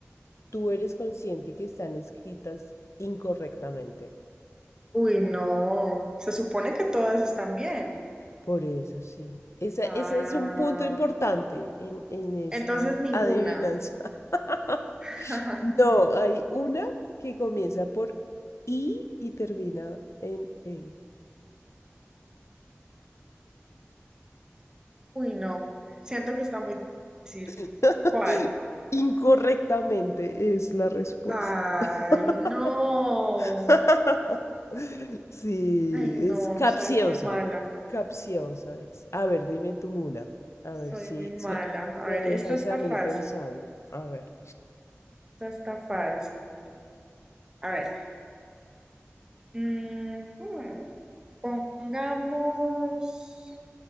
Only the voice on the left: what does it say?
tú eres consciente que están escritas incorrectamente?
Por eso sí. Esa,
ese es un punto importante en, en esta
adivinanza. <laughs>
No, hay una que comienza por I y termina en E.
<laughs>
Incorrectamente es la respuesta.
<laughs>
<laughs> Sí,
es capciosa.
Capciosa es. A ver, dime tú una. A
ver si,
si
me
dejas
a mí
pensando. A ver.